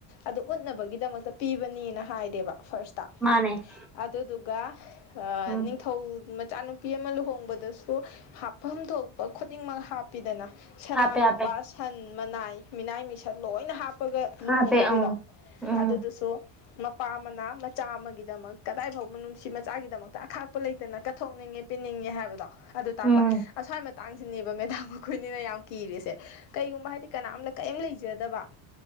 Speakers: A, on the left; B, in the centre.
A: ꯑꯗꯨ ꯎꯠꯅꯕꯒꯤꯗꯃꯛꯇ ꯄꯤꯕꯅꯦꯅ ꯍꯥꯏꯔꯦꯕ ꯐꯥꯔꯁꯇ
B: ꯃꯥꯅꯦ
A: ꯑꯗꯨꯗꯨꯒ
B: ꯎꯝ
A: ꯅꯤꯡꯊꯧ ꯏꯆꯥꯅꯨꯄꯤ ꯑꯃ ꯂꯨꯍꯣꯡꯕꯗꯁꯨ ꯍꯥꯞꯐꯝ ꯊꯣꯛꯄ ꯈꯨꯗꯤꯡꯃꯛ ꯍꯥꯞꯄꯤꯗꯅ ꯁꯅꯥ
B: ꯍꯥꯞꯄꯦ
A: ꯂꯨꯄꯥ
B: ꯍꯥꯞꯄꯦ
A: ꯁꯟ ꯃꯅꯥꯏ ꯃꯤꯅꯥꯏ ꯃꯤꯁꯟ ꯂꯣꯏꯅ ꯍꯥꯞꯄ
B: ꯍꯥꯞꯄꯦ
A: ꯂꯨꯍꯣꯡꯕꯤꯕꯗꯣ
B: ꯑꯪ ꯎꯝ
A: ꯑꯗꯨꯗꯁꯨ ꯃꯄꯥ ꯑꯃꯅ ꯃꯆꯥ ꯑꯃꯒꯤꯗꯃꯛ ꯀꯗꯥꯏ ꯐꯥꯎꯕ ꯅꯨꯡꯁꯤ ꯃꯆꯥꯒꯤꯗꯃꯛꯇ ꯑꯈꯥꯛꯄ ꯂꯩꯇꯅ ꯀꯠꯊꯣꯛꯅꯤꯡꯉꯦ ꯄꯤꯅꯤꯡꯉꯦ ꯍꯥꯏꯕꯗꯣ ꯑꯗꯨ ꯇꯥꯛꯄ
B: ꯎꯝ
A: ꯑꯁ꯭ꯋꯥꯏ ꯃꯇꯥꯡꯁꯤꯅꯦꯕ ꯃꯦꯗꯥꯝ ꯑꯈꯣꯏꯅꯤꯅ ꯌꯥꯝ ꯀꯤꯔꯤꯁꯦ ꯀꯩꯒꯨꯝꯕ ꯍꯥꯏꯗꯤ ꯀꯅꯥꯝꯇ ꯀꯔꯤꯝ ꯂꯩꯖꯗꯕ